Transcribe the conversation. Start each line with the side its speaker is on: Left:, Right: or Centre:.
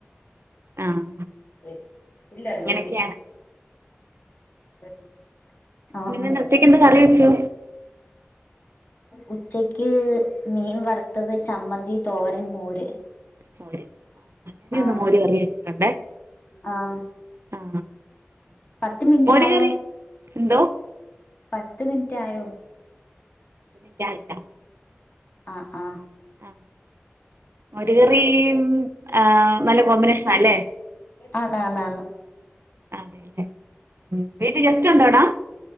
Right: ആഹ്.
Left: ശെരി ഇല്ല
Right: അങ്ങനെയൊക്കെയാണ്
Left: ലോട്ടി ആഹ്
Right: പിന്നെ ഇന്ന് ഉച്ചക്ക് എന്താ കറി വെച്ചു
Left: ഉച്ചയ്ക്ക് മീൻവറുത്തത് ചമ്മന്തി തോരൻ മോര്.
Right: മോര് അമ്മയിന്ന്
Left: ആഹ്
Right: മോരു കറിവെച്ചിട്ടോണ്ടെ
Left: ആഹ്
Right: ആ
Left: പത്ത് മിനിറ്റ്
Right: മോര്കറി
Left: ആയോ
Right: എന്തോ
Left: പത്ത് മിനിറ്റായോ
Right: ഇല്ലാ ഇല്ലാ
Left: ആ ആ
Right: അ മോരുകറിയും ആ നല്ല കോമ്പിനേഷനാല്ലേ.
Left: ആന്ന് ആന്ന് ആന്ന്.
Right: അതേല്ലെ ഉം വീട്ടി ഗസ്റ്റുണ്ടോടാ